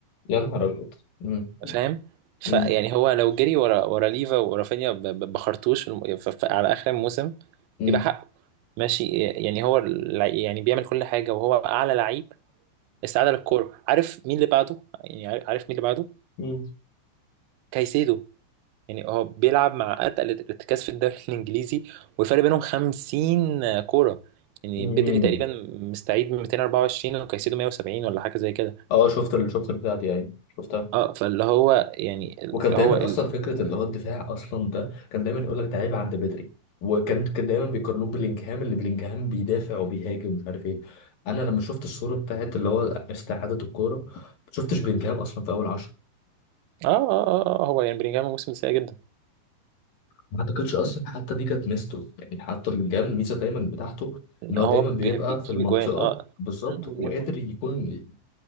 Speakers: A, on the left; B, on the right.
A: يا نهار أبيض مم. مم.
B: فاهم فيعني
A: مم.
B: هو لو جري ورا ورا ليفا ورافينيا ب- ب- بخرطوش في الم... ف... ف... على اخر الموسم
A: مم.
B: يبقى حقه ماشي يعني هو الع- يعني بيعمل كل حاجه وهو اعلى لعيب استعاده للكوره عارف مين اللي بعده يعني عارف عارف مين اللي بعده
A: مم.
B: كايسيدو يعني هو بيلعب مع اتقل الارتكاز في الدوري <laughs> الانجليزي والفرق بينهم 50 كوره يعني
A: مم.
B: بدري تقريبا مستعيد من 224 وكايسيدو 170 ولا حاجه زي كده
A: اه شفت ال- شفت البتاعة دي أيوة شفتها
B: اه فاللي هو يعني اللي
A: وكان دايما
B: هو ال...
A: اصلا فكره اللي هو الدفاع اصلا ده كان دايما يقول لك ده عيب عند بدري وكان كان دايما بيقارنوه بلينجهام اللي بلينجهام بيدافع وبيهاجم ومش عارف ايه انا لما شفت الصوره بتاعت اللي هو استعاده الكوره ما شفتش بلينجهام اصلا في اول عشرة
B: اه اه اه آه، هو يعني بلينجهام الموسم ده سيء جدا
A: ما اعتقدش اصلا حتى دي كانت ميزته يعني حتى بلينجهام الميزه دايما بتاعته ان هو
B: هو
A: دايما
B: بي-
A: بيبقى
B: بيجيب
A: في المنطقه
B: جوان اه
A: بالظبط
B: مم،
A: وقادر
B: بيجيب أجوان.
A: يكون ي-